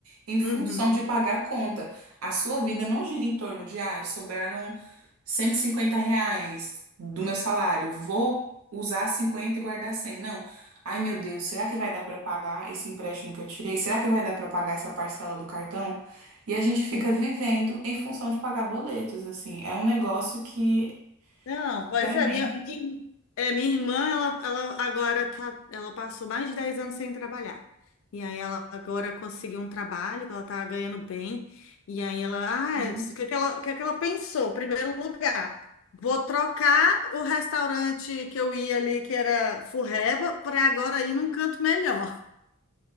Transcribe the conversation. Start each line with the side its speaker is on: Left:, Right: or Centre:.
Right: em função
Left: Uhum,
Right: de pagar a conta. A sua vida não gira em torno de, ai, sobraram 150 reais do meu salário, vou usar 50 e guardar cem Não. Ai, meu Deus, será que vai dar para pagar esse empréstimo que eu tirei? Será que vai dar para pagar essa parcela do cartão? E a gente fica
Left: sim.
Right: vivendo em função de pagar boletos, assim. É um negócio que,
Left: Não, pois
Right: sinceramente,
Left: é, minha, minha, é, minha irmã, ela, ela agora tá, ela passou mais de 10 anos sem trabalhar. E aí ela agora conseguiu um trabalho, que ela tá ganhando bem. E aí ela, ah,
Right: <laughs>
Left: é, o que que ela, o que que ela pensou? primeiro lugar, vou trocar o restaurante que eu ia ali, que era Furreba, para agora ir num canto melhor.